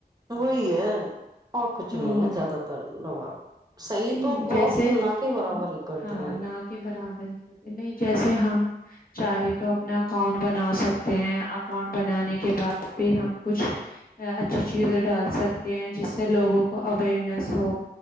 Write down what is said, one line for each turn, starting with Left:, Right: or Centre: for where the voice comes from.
Right: وہی ہے کچھ
Left: ہوں
Right: نہیں ہے زیادہ تر ج نوا صحیح
Left: نہیں
Right: تو
Left: جیسے
Right: بہت نہ کے برابر ہی کرتے
Left: ہاں
Right: ہیں
Left: نہ کے برابر نہیں جیسے ہم چاہے تو اپنا اکاؤنٹ بنا سکتے ہیں اکاؤنٹ بنانے کے بعد پھر ہم کچھ اچھی چیزیں ڈال سکتے ہیں جس سے لوگوں کو اوئرنیس ہو